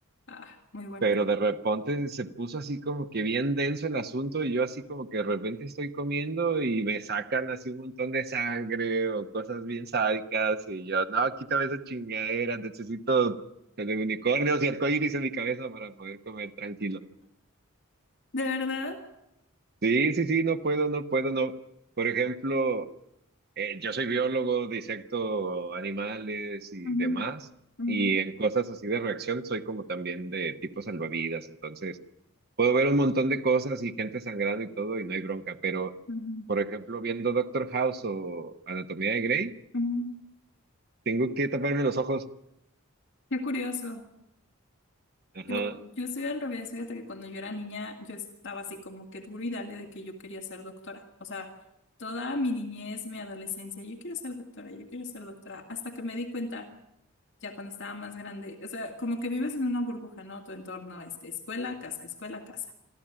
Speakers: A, on the left (about 55°); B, on the right (about 45°).
A: ah, muy buena.
B: pero de repente se puso así como que bien denso el asunto y yo así como que de repente estoy comiendo y me sacan así un montón de sangre o cosas bien sádicas y yo, no, quítame esa chingadera, necesito el de unicornios y arcoíris en mi cabeza para poder comer tranquilo.
A: ¿De verdad?
B: Sí, sí, sí, no puedo, no puedo, no. Por ejemplo, eh, yo soy biólogo, disecto animales y
A: Ujú,
B: demás.
A: ujú,
B: Y en cosas así de reacción soy como también de tipo salvavidas, entonces Puedo ver un montón de cosas y gente sangrando y todo y no hay bronca, pero,
A: ujú,
B: por ejemplo, viendo Doctor House o Anatomía de Grey,
A: ujú.
B: tengo que taparme los ojos.
A: Qué curioso.
B: Ajá.
A: Yo, yo soy al revés, fíjate que cuando yo era niña, yo estaba así como que duro y dale de que yo quería ser doctora. O sea, toda mi niñez, mi adolescencia, yo quiero ser doctora, yo quiero ser doctora, hasta que me di cuenta ya cuando estaba más grande, o sea, como que vives en una burbuja, ¿no? Tu entorno, este, escuela, casa, escuela, casa.